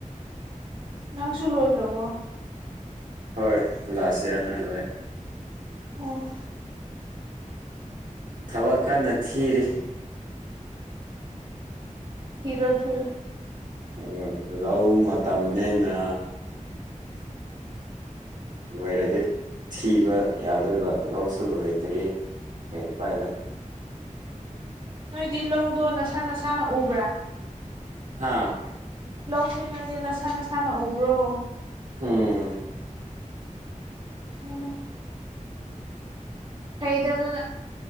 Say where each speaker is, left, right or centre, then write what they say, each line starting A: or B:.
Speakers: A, on the right; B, on the right.
A: ꯅꯪꯁꯨ ꯂꯣꯏꯈ꯭ꯔꯕꯣ
B: ꯍꯣꯏ ꯂꯥꯁ ꯏꯌꯥꯔꯅ ꯂꯦ
A: ꯑꯣ
B: ꯊꯕꯛ ꯀꯟꯅ ꯊꯤꯔꯤ
A: ꯊꯤꯔꯣ ꯊꯤꯔ
B: ꯑꯣ ꯂꯥꯎ ꯃꯝꯃꯦꯦꯅ ꯂꯣꯏꯔꯗꯤ ꯊꯤꯕ ꯌꯥꯗꯣꯏꯕ ꯂꯧꯁꯨ ꯂꯣꯏꯗ꯭ꯔꯤ ꯃꯣꯏ ꯎꯄꯥꯏ ꯂꯩ
A: ꯅꯣꯏꯗꯤ ꯂꯧꯗꯣ ꯅꯁꯥ ꯅꯁꯥꯅ ꯎꯕ꯭ꯔꯥ
B: ꯍꯥꯥ
A: ꯂꯧꯁꯦ ꯅꯣꯏꯗꯤ ꯅꯁꯥ ꯅꯁꯥꯅ ꯎꯕ꯭ꯔꯣ
B: ꯎꯝ
A: ꯑꯣꯝ ꯍꯩꯗ ꯑꯗꯨꯅ